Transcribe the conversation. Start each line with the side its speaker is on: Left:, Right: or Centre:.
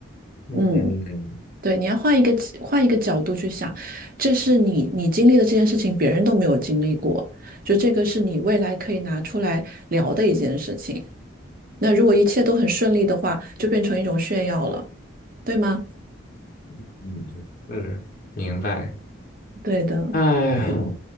Left: 嗯嗯，
Right: 嗯。对，你要换一个换一个角度去想，这是你你经历的这件事情，别人都没有经历过，就这个是你未来可以拿出来聊的一件事情。那如果一切都很顺利的话，就变成一种炫耀了，对吗？
Left: 嗯是，明白。
Right: 对的。
Left: 哎，